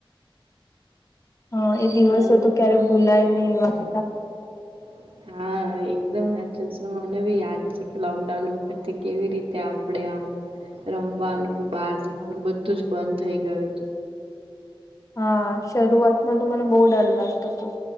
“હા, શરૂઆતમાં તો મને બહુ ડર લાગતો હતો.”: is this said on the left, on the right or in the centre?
Left